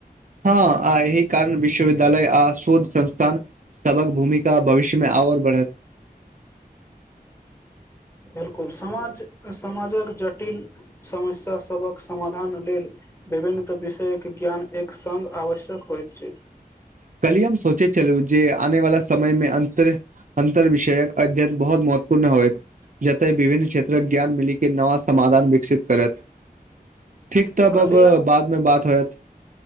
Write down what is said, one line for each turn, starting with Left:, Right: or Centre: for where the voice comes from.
Right: हँ आ एहि कारण विश्वविद्यालय आ शोध संस्थान सबक भूमिका भविष्यमे आओर बढ़त
Left: बिलकुल समाज समाजक जटिल समस्या सभक समाधान लेल विभिन्नत विषयक ज्ञान एक संग आवश्यक होइत छै
Right: कली हम सोचे छलू जे आने वाला समय मे अन्त्र अन्तर विषयक अध्यन बहुत मो महत्वपूर्ण होयत जतय विभिन्न क्षेत्रक ज्ञान मिलिके नवा समाधान विकसित करत ठीक तब
Left: कहलियै
Right: अब
Left: हम
Right: बादमे बात होयत